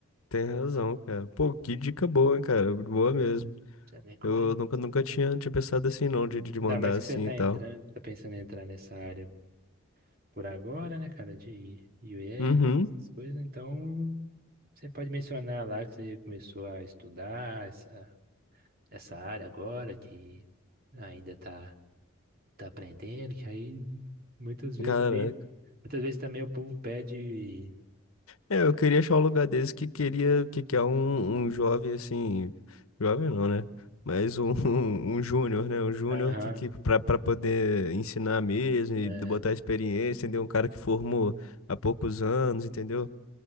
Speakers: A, on the left; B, on the right.
A: Tem razão, cara. Pô, que dica boa, hein, cara. Boa mesmo.
B: Você nem correu.
A: Eu nunca, nunca tinha, tinha pensado assim, não, de, de
B: Ainda
A: mandar
B: mais
A: assim
B: que você tá
A: e tal.
B: entrando, tá pensando em entrar nessa área por agora, né, cara, de UX,
A: Uhum.
B: essas coisas. Então, você pode mencionar lá que você começou a estudar essa, essa área agora, que ainda tá, tá aprendendo, que aí muitas vezes
A: Caraca.
B: ali, muitas vezes também o povo pede,
A: É, eu queria achar um lugar desse que queria, que quer um, um jovem, assim, jovem não, né? Mas um, <laughs> um júnior, né? Um júnior
B: aham,
A: que, que pra, pra poder ensinar mesmo e
B: é,
A: botar experiência, entendeu? Um cara que formou há poucos anos, entendeu?